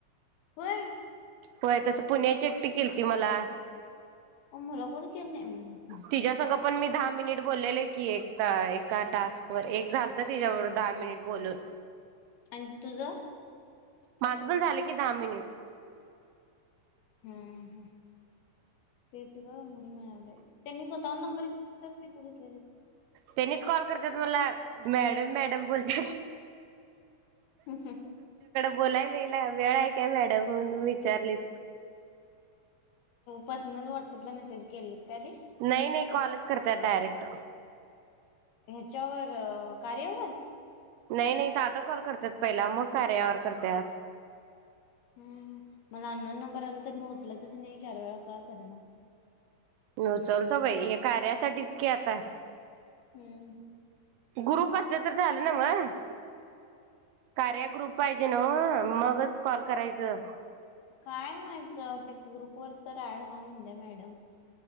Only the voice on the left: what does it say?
होय.
अहो मला कोण केलं नाय अं हं
आणि तुझ?
हम्म ह तेच गं म्हणून म आलं त्यांनी स्वतः हुन नंब बरं घेतलेला का तु घेतलेलीस
<inaudible>
पर्सनल व्हाट्सअप ला मेसेज केलेत काय आधी
ह्याच्यावर कार्यावर
हम मला अननोन नंबर आला तर मी उचलतच नाही चार वेळा का करणात मागत
हम्म हम्म.
असं
असतं
काय माहित ते ग्रुप वर तर ऍड हो म्हणलंय मॅडम